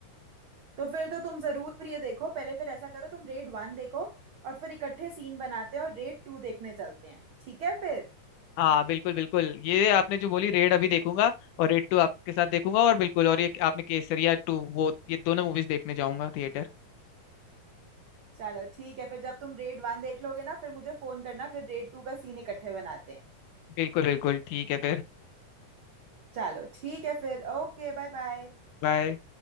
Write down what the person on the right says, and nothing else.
तो फिर तो तुम जरूर ये देखो पहले फिर ऐसा करो तुम रेड वन देखो और फिर इकट्ठे सीन बनाते हैं और रेड टू देखने चलते हैं ठीक है फिर
चलो ठीक है फिर जब तुम रेड वन देख लोगे ना फिर मुझे फोन करना फिर रेड टू का सीन इकट्ठे बनाते हैं
चलो ठीक है फिर ओके बाय बाय